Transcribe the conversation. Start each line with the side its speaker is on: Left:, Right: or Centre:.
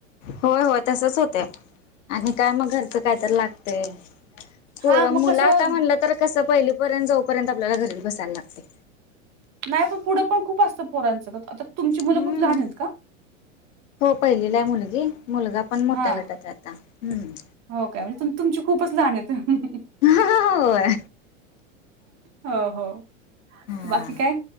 Left: होय होय तसंच होतंय आणि काय मग घरचं काय तर लागतंय. पोरं
Right: हा मग
Left: मुलं
Right: कसं
Left: आता म्हणलं तर कसं पहिलीपर्यंत जाऊपर्यंत आपल्याला घरी बसायला लागतंय.
Right: नाही पण पुढं पण खूप असतं पोरांचं तर आता तुमची मुलं
Left: हम्म
Right: खूप लहान आहेत का?
Left: हो पहिलीला आहे मुलगी मुलगा पण मोठ्या
Right: हा
Left: गटात आहे आता हम्म.
Right: हो काय म्हणजे तुम तुमची खूपच लहान आहेत ना.
Left: होय.
Right: हो हो
Left: हा
Right: बाकी काय